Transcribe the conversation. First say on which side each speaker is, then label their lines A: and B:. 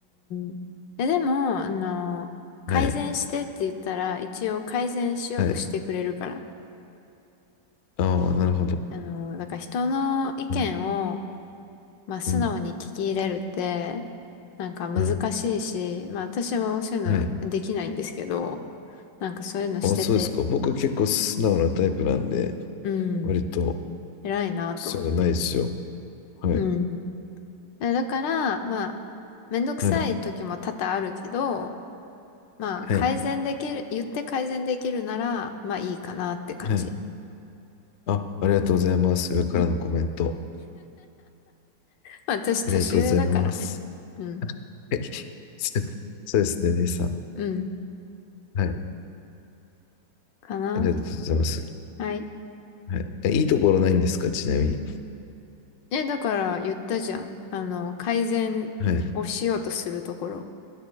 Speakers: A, on the left; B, on the left.
A: ん。え、でも、あの、改善してって言ったら、
B: はい。
A: 一応改善しようとしてくれるから。
B: はい。ああ、なるほど。
A: あの、だから人の意見を、
B: うん
A: まあ、素直に聞き入れるって、
B: うん、
A: なんか難しいし、
B: うん、
A: まあ、私もそういうのできないんですけど、
B: はい。
A: なんかそういうのしてて、
B: あ、そうですか。僕結構素直なタイプなんで、
A: うん、
B: 割と、
A: 偉いなと思って。
B: そういうのないですよ。はい、
A: うん。えだから、まあ、めんどくさい時も多々あるけど、
B: はい、
A: まあ、
B: はい、
A: 改善できる、言って改善できるなら、まあいいかなって感じ。
B: はい。あ、ありがとうございます。上からのコメント。
A: うん。まあ、私、年上だからね。
B: ありがとうございます。
A: うん。
B: はい。<laughs> そうそうですね、姉さん。
A: うん。
B: はい。
A: かな。
B: ありがとうございます。
A: はい。
B: はい。え、いいところないんですか、ちなみに。
A: え、だから言ったじゃん。あの、改善をしようとするところ。
B: はい。